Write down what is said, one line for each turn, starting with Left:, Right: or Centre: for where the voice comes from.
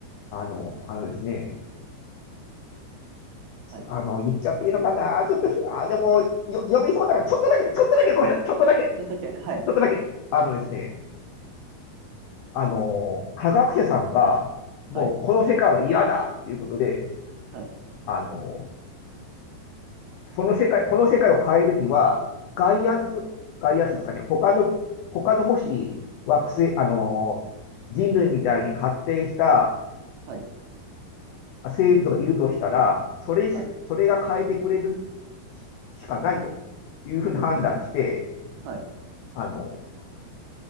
Left: ー、あの、あのですね、
Right: はい。
Left: あの、言っちゃっていいのかなちょっと、あ、でも、
Right: あ、
Left: よ読みそうだから、
Right: ち
Left: ちょっとだけ、ちょっとだけ、ごめんなさい、ちょっとだけ、
Right: ょっとだけ、はい。
Left: ちょっとだけ。あのですね、あの、科学者さんが、もう、
Right: はい。
Left: この世界は嫌だっていうことで、
Right: はい。
Left: あの、その世界、この世界を変えるには、外圧、外圧ですかね、他の、他のもし、惑星、あの、人類みたいに発展した
Right: はい。
Left: 生物がいるとしたら、それし、
Right: はい。
Left: それが変えてくれるししかないというふうに判断して、
Right: うんうん。はい。
Left: あの、